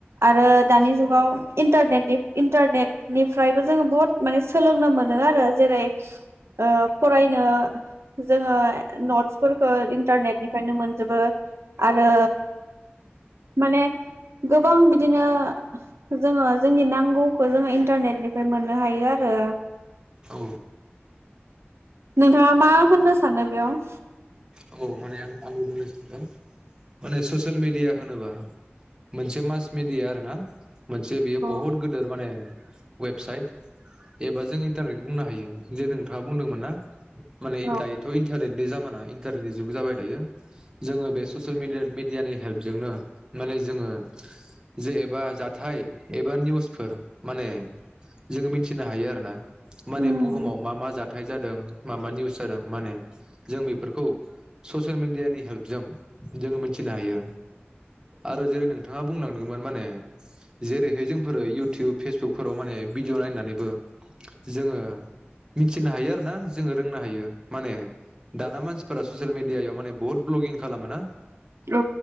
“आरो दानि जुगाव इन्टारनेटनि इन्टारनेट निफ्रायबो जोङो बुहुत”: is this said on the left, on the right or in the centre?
Right